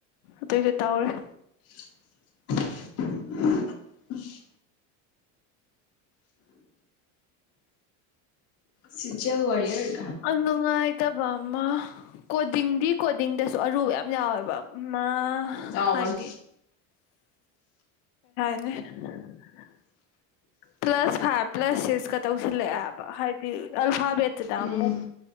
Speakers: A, on the left; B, on the left.
A: ꯑꯗꯨꯏꯗꯤ ꯇꯧꯔꯦ
B: <unintelligible> ꯁꯤꯖꯤꯌꯥꯜ ꯋꯥꯔꯌꯔ
A: ꯑꯃ ꯑꯥꯏꯇꯕ ꯑꯃ ꯀꯣꯗꯤꯡꯗꯤ ꯀꯣꯗꯤꯡꯗꯁꯨ ꯑꯔꯨꯕ ꯌꯥꯝ ꯌꯥꯎꯋꯦꯕ ꯃꯥ
B: ꯑ
A: ꯍꯥꯏꯗꯤ
B: ꯋꯥꯟ
A: ꯎ ꯄ꯭ꯂꯁ ꯐꯥꯏꯚ ꯄ꯭ꯂꯁ ꯁꯤꯛꯁꯀ ꯇꯧꯁꯤꯜꯂꯛꯑꯦꯕ ꯍꯥꯏꯗꯤ ꯑꯐ ꯦꯆꯗ
B: ꯎꯝ
A: ꯑꯃꯨꯛ